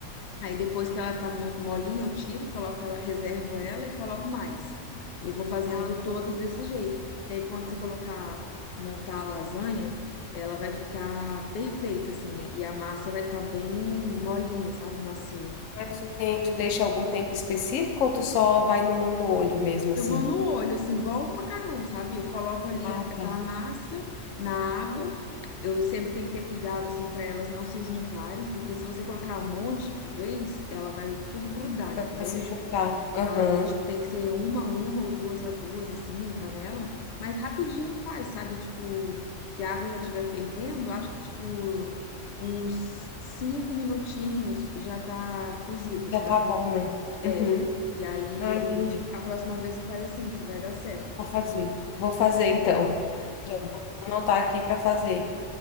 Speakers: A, on the left; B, on the left.
A: Aí depois que
B: Sim.
A: ela tá mo- molinha, eu tiro, coloco ela, reservo ela e coloco mais. Eu vou fazendo
B: Ah,
A: todas desse jeito. E aí quando você colocar, montar a lasanha, ela vai ficar perfeita, assim, né? e a massa vai estar bem molinha, sabe? Macia.
B: mas tu, tem, tu deixa algum tempo específico ou tu só vai no, no olho mesmo assim?
A: Eu vou no olho, assim, igual o macarrão, sabe? Eu coloco ali
B: Ah,
A: a- aquela
B: tá.
A: massa na água. Eu sempre tenho que ter cuidado, assim, para elas não se juntarem, porque se você colocar um monte de vez, ela vai tudo grudar,
B: Vai
A: entendeu?
B: se juntar. Aham.
A: Aí, tipo, tem que ser uma a uma ou duas a duas, assim, na panela. Mas rapidinho faz, sabe? Tipo, se a água já estiver fervendo, acho que, tipo, uns cinco minutinhos já tá cozida,
B: Já
A: sabe?
B: tá bom, né?
A: É.
B: Uhum.
A: E aí,
B: Ah, entendi.
A: a próxima vez você faz assim, que vai dar certo.
B: Vou fazer. Vou fazer então. Já vou anotar aqui para fazer.